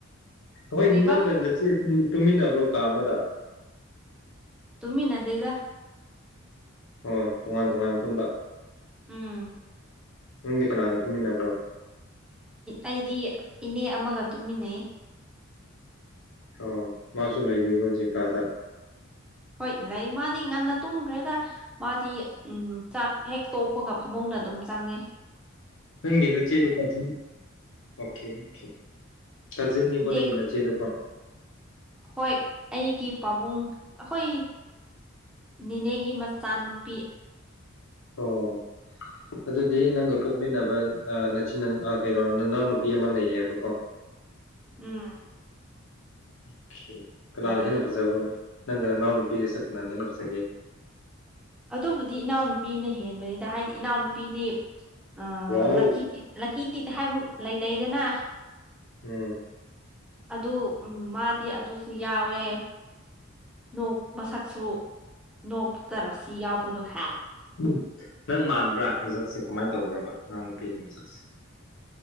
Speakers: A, on the left; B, in the centre.
A: ꯍꯣꯏ
B: ꯀꯔꯤꯕ
A: ꯅꯪꯒꯗ ꯅꯦ ꯇꯨꯃꯤꯟꯅꯕ꯭ꯔꯣ ꯀꯥ ꯑꯃꯗ
B: ꯇꯨꯃꯤ ꯅꯗꯦꯗ
A: ꯍꯣꯏ ꯇꯣꯉꯥꯟ ꯇꯣꯉꯥꯟꯕ ꯇꯝꯕ
B: ꯎꯝ
A: ꯅꯪꯒꯤ ꯀꯅꯥꯒ ꯇꯨꯝꯃꯤꯟꯅꯕ꯭ꯔꯣ
B: ꯑꯩꯗꯤ ꯏꯅꯦ ꯑꯃꯒ ꯇꯨꯝꯃꯤꯟꯅꯩ
A: ꯑꯣ ꯃꯥꯁꯨ ꯂꯩꯕꯤꯕ꯭ꯔꯣ ꯖꯦꯀꯥꯗ
B: ꯍꯣꯏ ꯂꯩ ꯃꯥꯗꯤ ꯉꯟꯅ ꯇꯨꯝꯈ꯭ꯔꯦꯗ ꯃꯥꯗꯤ ꯎ ꯆꯥꯛ ꯍꯦꯛ ꯇꯣꯛꯄꯒ ꯐꯃꯨꯡꯗ ꯑꯗꯨꯝ ꯆꯪꯉꯤ
A: ꯅꯪꯒꯤꯦ ꯅꯆꯦꯗꯨꯀꯥꯟ ꯑꯣꯀꯦ ꯑꯣꯦ ꯀꯖꯤꯟꯅꯤ
B: ꯏꯆꯦ
A: ꯀꯣꯟꯅꯒꯤꯅ ꯆꯦꯗꯨꯀꯣ
B: ꯍꯣꯏ ꯑꯩꯒꯤ ꯄꯥꯕꯨꯡ ꯑꯩꯈꯣꯏ ꯅꯦꯅꯤꯅꯦꯒꯤ ꯃꯆꯥꯅꯨꯄꯤ
A: ꯑꯣ ꯑꯗꯨꯗꯤ ꯅꯪꯒ ꯄꯣꯛꯃꯤꯟꯅꯕ ꯅꯆꯤꯟ ꯀꯩꯅꯣ ꯅꯅꯥꯎꯅ ꯅꯨꯄꯤ ꯑꯃ ꯂꯩꯌꯦꯕꯀꯣ <inaudible>
B: ꯎꯝ
A: ꯑꯣ ꯀꯅꯥꯅ
B: ꯂꯩ
A: ꯍꯦꯟꯅ ꯐꯖꯕꯔꯣ ꯅꯪꯒꯅ ꯅꯅꯥꯎ ꯅꯨꯄꯤꯔ ꯅꯥꯟꯦꯅꯁꯒꯤꯦ
B: ꯑꯗꯨꯕꯨꯗꯤ ꯏꯅꯥꯎꯅꯨꯄꯤꯅ ꯍꯦꯟꯕꯅꯤꯗ ꯍꯥꯏꯗꯤ ꯏꯅꯥꯎꯅꯨꯄꯤꯗꯤ ꯑ
A: ꯋꯥꯎ
B: ꯂꯛ ꯂꯛꯀꯤ ꯇꯤꯠ ꯍꯥꯏꯕꯨ ꯂꯩ ꯂꯩꯩꯗꯅ
A: ꯍꯝ
B: ꯑꯗꯨ ꯎ ꯃꯥꯗꯤ ꯑꯗꯨꯁꯨ ꯌꯥꯎꯋꯦ ꯅꯣꯛ ꯃꯁꯛꯁꯨ ꯅꯣꯛꯛꯇꯔꯁꯤ ꯌꯥꯎꯕꯗꯣ ꯍꯥꯏꯦꯛ
A: ꯎ ꯅꯪ ꯃꯥꯟꯕ꯭ꯔꯥ ꯃꯤꯁꯛꯁꯦ ꯀꯃꯥꯏꯅ ꯇꯧꯕ꯭ꯔꯕ ꯑꯉꯥꯡ ꯅꯨꯨꯄꯤꯒꯤ ꯃꯤꯁꯛꯁꯦ